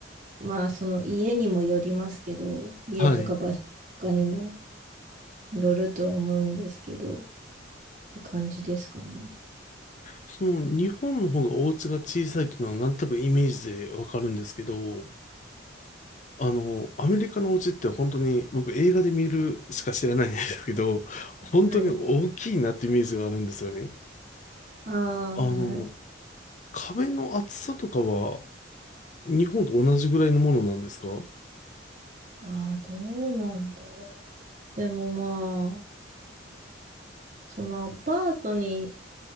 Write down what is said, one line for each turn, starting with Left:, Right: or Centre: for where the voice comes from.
Right: まあ、その家にもよりますけど、家とか場所とかにも
Left: はい。
Right: よるとは思うんですけど、って感じですかね。
Left: その日本の方がお家が小さいっていうのはなんとなくイメージでわかるんですけど、あの、アメリカのお家って本当に僕映画で見るしか知らないんですけど、本当に大きいなってイメージがあるんですよね。
Right: はい。ああ、
Left: あの、
Right: はい。
Left: 壁の厚さとかは日本と同じぐらいのものなんですかは
Right: ああ、どうなんだろう。でもまあ、そのアパートに